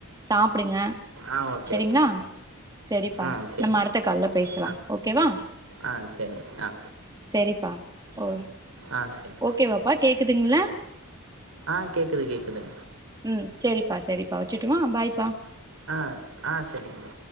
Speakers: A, on the right; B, on the right.
A: சாப்டுங்க
B: ஆ ஓகே
A: செரிங்ளா
B: ஓகே
A: செரிப்பா
B: ஆ சரி
A: நம்ம அடுத்த கால்ல பேஸ்லா
B: ஆ
A: ஓகே வா
B: ஆ சரி ஆ
A: செரி <unintelligible>
B: ஆ சரி
A: ஓகேவாப்பா கேக் இக்குதுங்ள
B: ஆ கேக்குது கேக்குது
A: ம் சேரிப்பா சேரிப்பா வெச்சர்ட்டுமா பாய்பா
B: ஆ ஆ சேரிங்க